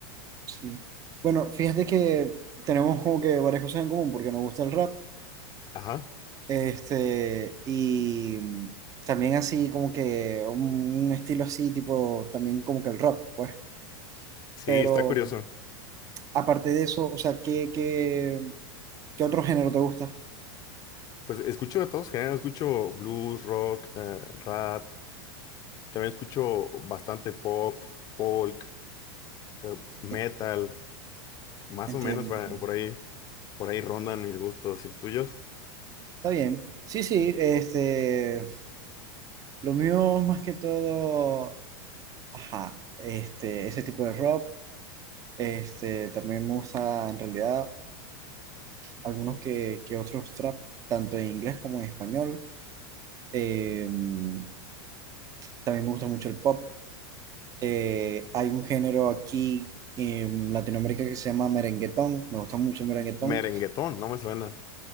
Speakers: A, on the right; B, on the left.
A: Sí. Bueno, fíjate que tenemos como que varias cosas en común porque nos gusta el rap.
B: Ajá.
A: Este, y también así como que un estilo así, tipo, también como que el rock, pues.
B: Sí,
A: Pero
B: está curioso.
A: aparte de eso, o sea, ¿qué, qué, qué otro género te gusta?
B: Pues escucho de todos géneros, escucho blues, rock, eh, rap, también escucho bastante pop, folk, eh, metal,
A: En-
B: más
A: Entiendo.
B: o menos pa- por ahí, por ahí rondan mis gustos y los tuyos.
A: Está bien. Sí, sí, este, lo mío más que todo, ajá, este, ese tipo de rock, este, también me gusta en realidad algunos que, que otros trap, tanto en inglés como en español. Em, también me gusta mucho el pop. Eh, hay un género aquí en Latinoamérica que se llama merenguetón. Me gusta mucho el merenguetón.
B: Merenguetón, no me suena.